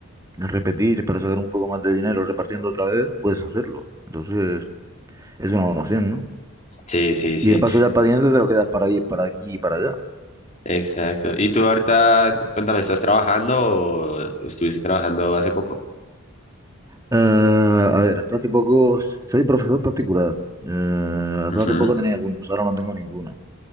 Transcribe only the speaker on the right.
repetir para sacar un poco más de dinero repartiendo otra vez, puedes hacerlo. Entonces, es una buena opción, ¿no?
Y de paso ya el patinete te lo quedas para ir para aquí y para allá.
Eh, a ver, hasta hace poco soy profesor particular. Eh, hasta
hace poco tenía algunos, ahora no tengo ninguno.